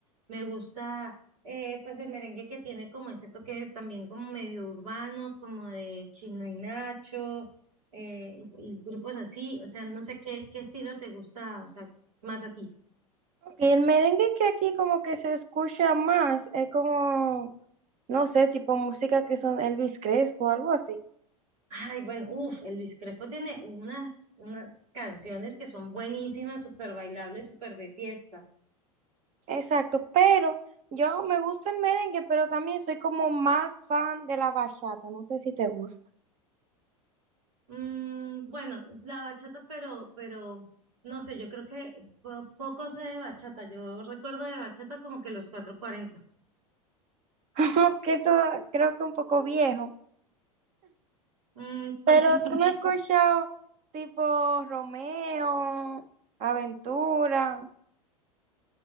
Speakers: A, on the right; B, on the right.
A: me gusta eh, pues el merengue que tiene como ese toque también como medio urbano, como de Chino y Nacho, eh, y, y grupos así, o sea, no sé qué, qué estilo te gusta, o sea, más a ti.
B: Y el merengue que aquí como que se escucha más, es como, no sé, tipo música que son Elvis Crespo algo así.
A: Ay, bueno, uff, el Luis Crespo tiene unas, unas canciones que son buenísimas, súper bailables, súper de fiesta.
B: Exacto, pero yo me gusta el merengue, pero también soy como más fan de la bachata, no sé si te gusta.
A: Mm, bueno, la bachata, pero, pero, no sé, yo creo que po- poco sé de bachata. Yo recuerdo de bachata como que los 440.
B: <laughs> Que eso creo que un poco viejo,
A: Mm, pues
B: pero
A: sí, <laughs>
B: tú no has <laughs> escuchado tipo Romeo, Aventura,